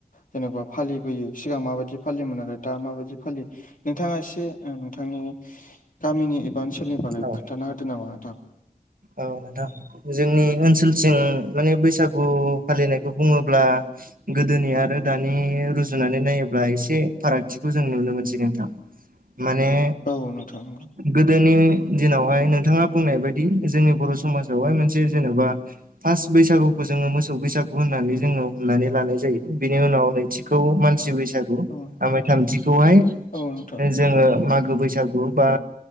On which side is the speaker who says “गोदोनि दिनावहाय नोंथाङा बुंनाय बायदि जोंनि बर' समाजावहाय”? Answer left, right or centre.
Right